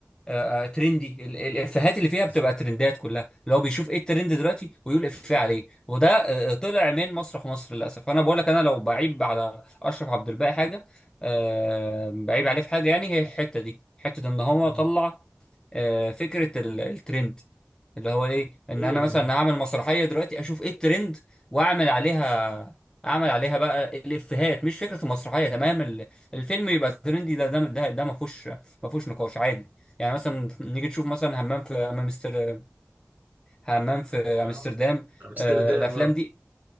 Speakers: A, on the left; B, on the right.
A: آه آه، ترندي ال- ال- الافيهات اللي فيها
B: بالظبط
A: بتبقى ترندات كلها اللي هو بيشوف ايه الترند دلوقتي ويقول افيه عليه وده آه طلع من مسرح مصر للاسف انا بقول لك انا لو بعيب على اشرف عبد الباقي حاجه آه بعيب عليه في حاجه يعني هي الحته دي حته ان هو
B: مم.
A: طلع آه فكره ال- الترند اللي هو ايه ان
B: ايوه
A: انا
B: بالظبط
A: مثلا اعمل مسرحيه دلوقتي اشوف ايه الترند واعمل عليها اعمل عليها بقى الافيهات مش فكره المسرحيه تمام ال- الفيلم يبقى ترندي ده ده ده, ده ما فيهوش ما فيهوش نقاش عادي يعني مثلا نيجي نشوف مثلا همام في امستر همام في
B: آه.
A: امستردام
B: امستردام
A: آه الافلام
B: اه
A: دي